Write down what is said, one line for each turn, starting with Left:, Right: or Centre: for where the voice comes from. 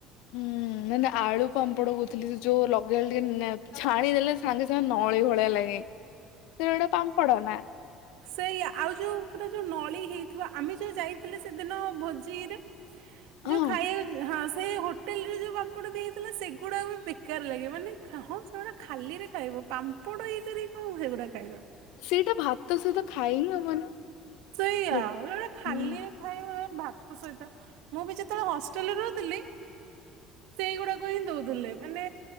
Left: ହୁଁ ନାଇଁ ନାଇଁ ଆଳୁ ପାମ୍ପଡ କହୁଥିଲି ସେ ଯୋଉ <unintelligible> ଛାଣି ଦେଲେ ସାଙ୍ଗେ ସାଙ୍ଗେ ନଳି ଭଳିଆ ଲାଗେ ପାମ୍ପଡ଼ ନା
Right: ସେଇୟା ଆଉ ଯୋଉ ପୁରା ଯୋଉ ନଳୀ ହେଇଥିବ ଆମେ ଯୋଉ ଯାଇ ହେଲେ ସେଦିନ ଭୋଜିରେ
Left: ହଁ
Right: ଯୋଉ ଖାଇ ହଁ ସେ ହୋଟେଲରେ ଯଉ ପାମ୍ପଡ଼ ଦେଇଥିଲା ସେଗୁଡ଼ାକ ବି ବେକାର୍ ଲାଗେ ମାନେ ହଁ ସେଗୁଡା ଖାଲିରେ ଖାଇବ ପାମ୍ପଡ ଇଏ କରିକି କଣ ସେଗୁଡା ଖାଇବ
Left: ସେଇଟା ଭାତ ସହିତ ଖାଇ ହିଁ ହବନି
Right: ସେଇଆ
Left: ହୁଁ
Right: ସେଗୁଡା <unintelligible> ଭାତ ସହିତ ମୁଁ ବି ଯେତେବେଳେ ହଷ୍ଟେଲରେ ରହୁଥିଲି
Left: <inaudible>
Right: ସେଇଗୁଡାକ ହିଁ ଦଉଥିଲେ ମାନେ